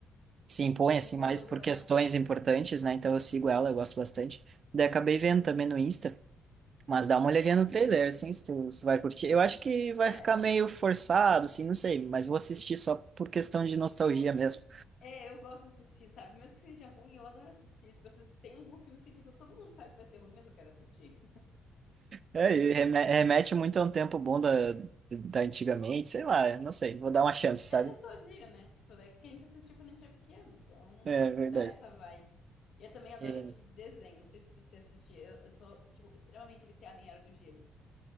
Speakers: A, on the right; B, on the left.
A: se impõe,
B: Tem
A: assim,
B: conteúdo
A: mais por
B: legal.
A: questões importantes, né? Então, eu sigo ela, eu gosto bastante. Daí, acabei vendo também no Insta. Mas dá uma olhadinha
B: Ah,
A: no
B: que
A: trailer, assim, se tu, se tu vai curtir. Eu acho que vai
B: legal.
A: ficar meio forçado, assim, não sei, mas vou assistir só por questão de nostalgia
B: É, mas
A: mesmo.
B: eu- é, eu gosto de assistir, sabe? Mesmo que seja ruim, eu adoro assistir. Tipo, esses- tem alguns filmes que, tipo, todo mundo sabe que vai ser ruim, mas eu quero assistir.
A: É, e reme- remete muito a um tempo bom da, da antigamente, sei lá, não sei, vou dar uma chance, sabe?
B: É nostalgia, né? Tipo, é que a gente assistiu quando a gente era pequeno, então
A: É verdade.
B: dá essa vibe. E eu também adoro
A: E-
B: o tipo de desenho. Não sei se você assistia. Eu, eu sou, tipo, extremamente viciada em Era do Gelo.